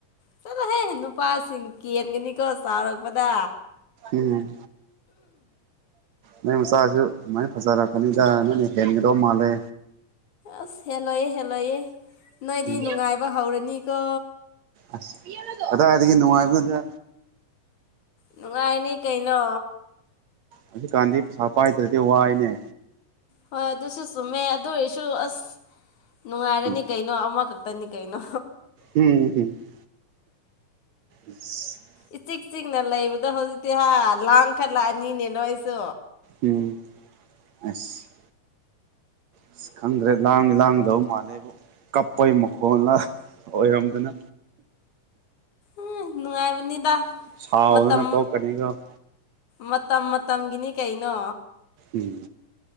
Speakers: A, on the left; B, on the right.
A: ꯆꯠꯂꯣꯍꯦ ꯅꯨꯄꯥꯁꯤꯡ ꯀꯦꯟꯒꯅꯤꯀꯣ ꯆꯥꯎꯔꯛꯄꯗ
B: ꯎꯝꯍꯝ ꯅꯣꯏ ꯃꯆꯥꯁꯨ ꯑꯗꯨꯃꯥꯏꯅ ꯐꯖꯔꯛꯀꯅꯤꯗ ꯅꯣꯏꯅ ꯍꯦꯟꯒꯗꯧ ꯃꯥꯜꯂꯦ꯫
A: ꯑꯁ ꯍꯦꯜꯂꯣꯏꯑꯦ ꯍꯦꯜꯂꯣꯏꯑꯦ ꯅꯣꯏꯗꯤ
B: ꯎꯝ
A: ꯅꯨꯡꯉꯥꯏꯕ ꯍꯧꯔꯅꯤꯀꯣ
B: ꯑꯁ ꯀꯗꯥꯏꯗꯒꯤ ꯅꯨꯡꯉꯥꯏꯕ ꯅꯣꯗ
A: ꯅꯨꯡꯉꯥꯏꯔꯅꯤ ꯀꯩꯅꯣ
B: ꯍꯧꯖꯤꯛꯀꯥꯟꯗꯤ ꯄꯩꯁꯥ ꯄꯥꯏꯗ꯭ꯔꯗꯤ ꯋꯥꯏꯅꯦ꯫
A: ꯍꯣꯏ ꯑꯗꯨꯁꯨ ꯆꯨꯝꯃꯦ ꯑꯗꯨ ꯑꯣꯏꯔꯁꯨ ꯑꯁ ꯅꯨꯡꯉꯥꯏꯔꯅꯤ
B: ꯎꯝ
A: ꯀꯩꯅꯣ ꯑꯃꯈꯛꯇꯅꯤ ꯀꯩꯅꯣ
B: ꯎꯝ ꯍꯝ ꯑꯁ
A: ꯏ ꯆꯤꯛ ꯆꯤꯛꯅ ꯂꯩꯕ ꯑꯗꯣ ꯍꯧꯖꯤꯛꯇꯤ ꯍꯥ ꯂꯥꯡꯈꯠꯂꯛꯑꯅꯤꯅꯦ ꯅ‌ꯣꯏ ꯁꯨ
B: ꯎꯝ ꯑꯁ ꯑꯁ ꯈꯪꯗ꯭ꯔꯦ ꯂꯥꯡꯗꯤ ꯂꯥꯡꯒꯗꯕ ꯃꯥꯜꯂꯦꯕꯨ ꯀꯞꯄꯩ ꯃꯈꯣꯜꯂ ꯑꯣꯏꯔꯝꯗꯅ
A: ꯎꯝ ꯅꯨꯡꯉꯥꯏꯕꯅꯤꯗ
B: ꯁꯥꯎꯗꯅ
A: ꯃꯇꯝ
B: ꯇꯣꯛꯀꯅꯤꯀꯣ
A: ꯃꯇꯝ ꯃꯇꯝꯒꯤꯅꯤ ꯀꯩꯅꯣ
B: ꯎꯝ